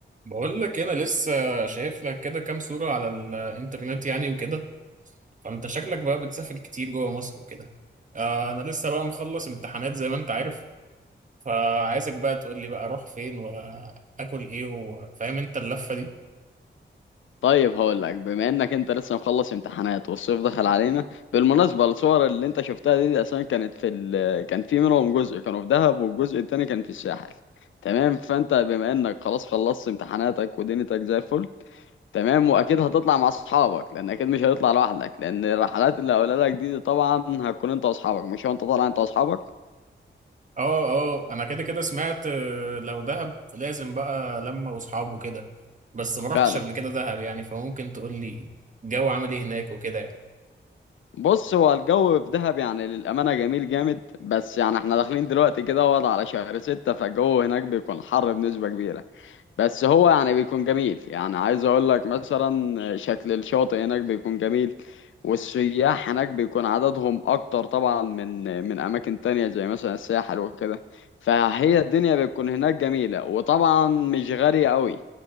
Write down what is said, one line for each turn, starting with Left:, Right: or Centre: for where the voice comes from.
Right: بقول لك انا لسه شايف لك كده كام صورة على الانترنت يعني وكده فانت شكلك بقى بتسافر كتير جوه مصر وكده آه انا لسه بقى مخلص امتحانات زي ما انت عارف فعايزك بقى تقول لي بقى اروح فين واكل ايه وفاهم انت اللفة دي
Left: طيب هقول لك بما انك انت لسه مخلص امتحانات والصيف دخل علينا بالمناسبه الصور اللي انت شفتها دي, دي اصلا كانت في ال... كان في منهم جزء كانوا في دهب والجزء التاني كان في الساحل تمام فانت بما انك خلاص خلصت امتحاناتك ودنيتك زي الفل تمام واكيد هتطلع مع اصحابك لان اكيد مش هتطلع لوحدك لان الرحلات اللي هقولها لك دي, دي طبعا هتكون انت واصحابك مش هو انت طالع انت واصحابك
Right: اه اه انا كده كده سمعت آه، لو دهب لازم بقى لما واصحابه كده بس ما رحتش
Left: فعلا
Right: قبل كده دهب يعني فممكن تقول لي الجو عامل ايه هناك وكده يعني
Left: بص هو الجو في دهب يعني للأمانة جميل جامد بس يعني احنا داخلين دلوقتي كده وضع على شهر ستة فالجو هناك بيكون حر بنسبة كبيرة بس هو يعني بيكون جميل يعني عايز اقول لك مثلا شكل الشاطئ هناك بيكون جميل والسياح هناك بيكون عددهم اكتر طبعا من من اماكن تانية زي مثلا الساحل وكده فهي الدنيا بتكون هناك جميلة وطبعا مش غالية قوي